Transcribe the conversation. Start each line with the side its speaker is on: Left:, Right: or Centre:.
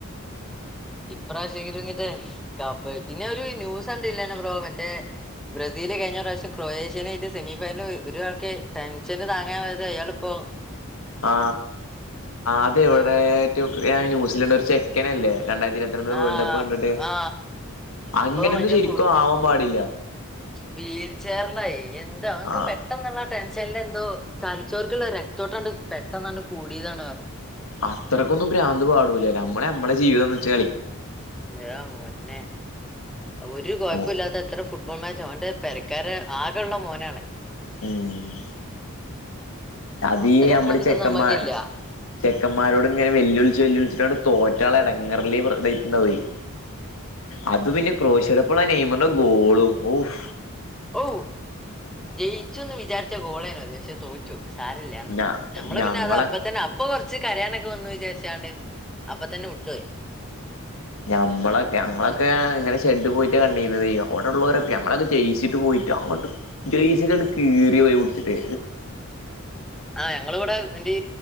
Centre: ഇപ്രാവശ്യംങ്കിലും ഇങ്ങ കപ്പ് പിന്നെ ഒരു ന്യൂസ്‌ ണ്ട് ഇല്ലന്നെ പ്രോ മറ്റേ ബ്രസീല് കഴിഞ്ഞ പ്രാവശ്യം ക്രൊയേഷ്യനെ ആയിട്ട് സെമി ഫൈനൽ ഒരാൾക്ക് ടെൻഷന് താങ്ങൻയത് അയാള്പ്പൊ
Left: ആ അത് എവിടെട്ട്
Centre: ഒരു
Left: ഞൻ ന്യൂസിലൻറ് ഒരു ചെക്കനല്ലേ രണ്ടായിരത്തി ഇരുത്തി രണ്ട്
Centre: ആ
Left: വേൾഡ് കപ്പ് കണ്ടിട്ട്
Centre: ആ ആ,
Left: അങ്ങനെന്നും
Centre: ഇപ്പൊ മറ്റേ
Left: ശരിക്കും ആവാൻ പാടില്ല
Centre: വീൽചെർലായി എന്താ അവനക്ക്
Left: ആഹ്
Centre: പെട്ടെന്നുള്ള ടെൻഷനൽ എന്തോ തലചോർക്കുള്ള രക്തോട്ടാണ്ട് പെട്ടെന്നാണ്ട് കൂടിയതാണ് പറഞ്ഞു
Left: അത്രയ്ക്കൊന്നും ഭ്രാന്ത് പാടൂല്ല നമ്മളെ നമ്മളെ ജീവിതം ച്ച്
Centre: ഏ പൊന്നെ ഒരു കൊയപ്പൊല്ലാത്ത
Left: ഓഹ്
Centre: എത്ര ഫുട്ബോൾ മാച്ച പെരക്കാര് ആകെയ ഉുള്ള മോനാണ്
Left: മ് അതീ
Centre: അത്രേ പ്രാന്തം
Left: മ്മള് ചെക്കന്മാ
Centre: നമുക്കില്ല
Left: ചെക്കന്മാരോട് ഇങ്ങനെ വെല്ലുളിച്ച് വെല്ലുളിച്ചിട്ടണ്ട് തോ <unintelligible>
Centre: ഉം.
Left: <unintelligible> അത് പിന്നെ ക്രോശടപ്പോള നെയ്മന്റെ ഗോളും ഓഫ
Centre: ഓ ജയിച്ചുന്ന് വിചാരിച്ച ഗോളേനോത് പക്ഷേ തോറ്റോ സാരല്ലന്ന്
Left: ഞ
Centre: നമ്മള്
Left: ഞങ്ങളെ
Centre: പിന്നെ അത് അപ്പ തന്നെ അപ്പൊ കൊറച്ച് കരയാനൊക്കെ വന്ന് വിചാരിച്ചാണ്ട് അപ്പൊ തന്നെ വിട്ടോയി
Left: ഞമ്മളെ ഞങ്ങളൊക്കെ ഇങ്ങനെ ഷെഡ് പോയിട്ടാ കണ്ടീന്നത് അവിടെള്ളവരൊക്കെ ഞങ്ങളൊക്കെ ജെയ്‌സിട്ട് പോയിട്ട് അങ്ങോട്ട് ജയിച്ചക്കെ കീറിയ പോ കുടിച്ചിട്ട്
Centre: ആ ഞങ്ങ ഇവിടെ വണ്ടീ